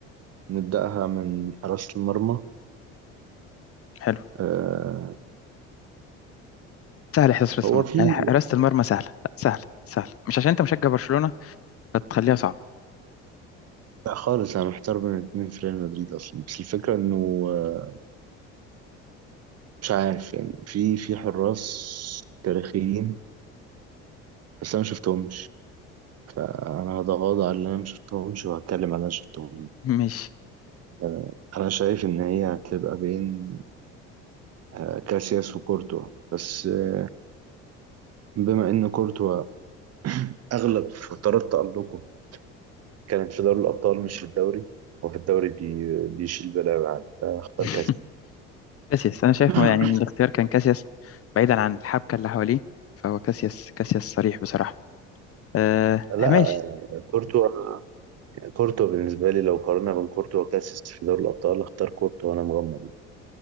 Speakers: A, on the right; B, on the left.
A: نبدأها من حراسة المرمى
B: حلو
A: آه
B: سهل حراسة
A: هو
B: المرمى
A: في
B: يعني حراسة المرمى سهلة لا سهلة سهلة مش عشان انت مشجع برشلونة فتخليها صعبة
A: لا خالص انا محتار بين اتنين في ريال مدريد اصلا بس الفكرة انه آه، مش عارف يعني في في حراس تاريخيين بس انا ما شفتهمش فانا هتغاضى على اللي انا ما شفتهمش وهتكلم على اللي انا شفتهم
B: ماشي
A: آه انا شايف ان هي هتبقى بين آه كاسياس وكورتوا بس آه، بما ان كورتوا أغلب فترات تألقه كانت في دوري الأبطال مش في الدوري وفي الدوري بي... بيشيل بلاوي عادي فاختار
B: <laughs>
A: كاس
B: كاسياس انا شايف
A: <laughs>
B: يعني من الاختيار كان كاسياس بعيدا عن الحبكة اللي حواليه فهو كاسياس كاسياس صريح بصراحة آه
A: لا
B: ماشي
A: كورتوا كورتوا بالنسبة لي لو قارنا بين كورتوا وكاسيس في دوري الأبطال اختار كورتوا وأنا مغمض يعني.